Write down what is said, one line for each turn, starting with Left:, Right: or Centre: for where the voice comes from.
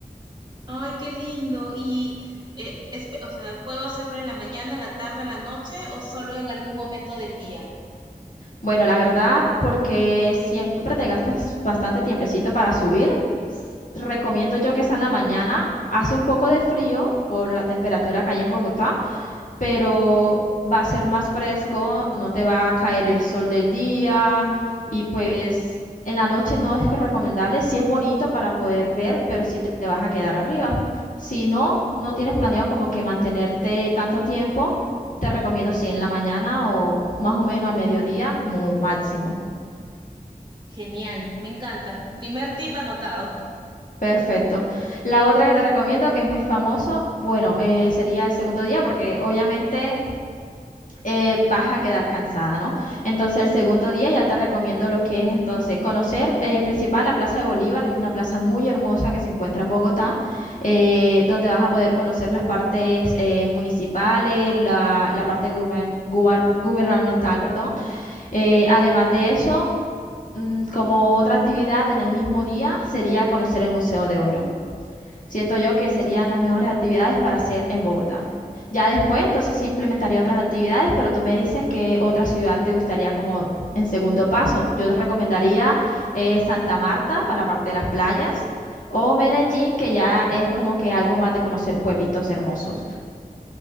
Right: Ay, qué lindo. Y, eh, espe- o sea, ¿puedo hacerlo en la mañana, en la tarde, en la noche o solo en algún momento del día?
Left: Bueno, la verdad, porque siempre te gastas bastante tiempecito para subir, s- recomiendo yo que sea en la mañana. Hace un poco de frío por la temperatura que hay en Bogotá, pero va a ser más fresco, no te va a caer el sol del día y pues en la noche no es que recomendable, sí es bonito para poder ver, pero sí te te vas a quedar arriba. Si no, no tienes planeado como que mantenerte tanto tiempo, te recomiendo si en la mañana o más o menos al mediodía como máximo.
Right: Genial, me encanta. Primer tip anotado.
Left: Perfecto. La otra que te recomiendo, que es muy famoso, bueno, eh, sería el segundo día, porque obviamente eh, vas a quedar cansada, ¿no? Entonces, el segundo día ya te recomiendo lo que es entonces conocer eh, principal la Plaza de Bolívar, es una plaza muy hermosa que se encuentra en Bogotá, eh, donde vas a poder conocer las partes eh, municipales, la, la parte guber- gubar- gubernamental, perdón. Eh, además de eso, mm, como otra actividad en el mismo día sería conocer el Museo de Oro. Siento yo que serían las mejores actividades para hacer en Bogotá. Ya después, entonces sí implementaría otras actividades, pero tú me dices que otra ciudad te gustaría como en segundo paso. Yo te recomendaría eh, Santa Marta para la parte de las playas o Medellín, que ya es como que algo más de conocer pueblitos hermosos.